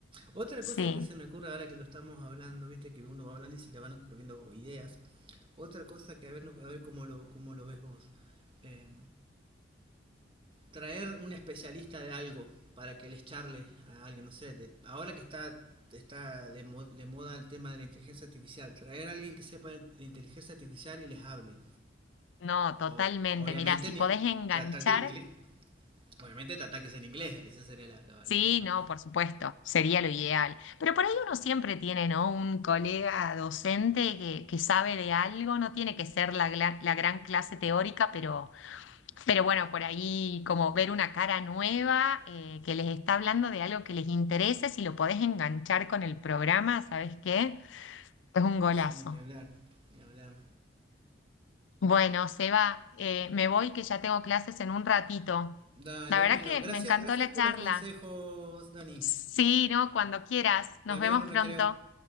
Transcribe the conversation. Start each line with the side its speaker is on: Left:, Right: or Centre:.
Right: Otra
Left: sí,
Right: cosa que se me ocurre ahora que lo estamos hablando, viste que uno va hablando y se le van ocurriendo ideas. Otra cosa que a ver, a ver cómo lo, cómo lo ves vos. Eh, traer un especialista de algo para que les charle a alguien, no sé, de- ahora que está, está de, mo- de moda el tema de la inteligencia artificial, traer a alguien que sepa de inteligencia artificial y les hable.
Left: no, totalmente.
Right: Ob- obviamente,
Left: Mirá, si
Right: ni-
Left: podés enganchar
Right: tratar que en inglés, obviamente tratar que sea en inglés, ese sería la, lo-
Left: Sí,
Right: lo- lo-
Left: no, por supuesto, sería lo ideal. Pero por ahí uno siempre tiene, ¿no? Un colega docente que, que sabe de algo, no tiene que ser la, gla- la gran clase teórica, pero, pero bueno, por ahí como ver una cara nueva eh, que les está hablando de algo que les interese, si lo podés enganchar con el programa, ¿sabes qué? Es un golazo.
Right: Sí, ni hablar, ni hablar.
Left: Bueno, Seba, eh, me voy que ya tengo clases en un ratito.
Right: Dale,
Left: La verdad
Right: bueno,
Left: que
Right: gracias,
Left: me encantó
Right: gracias
Left: la
Right: por
Left: charla.
Right: los consejos, Dani.
Left: Sí, no, cuando quieras. Nos
Right: Te veo
Left: vemos
Right: en el recreo.
Left: pronto.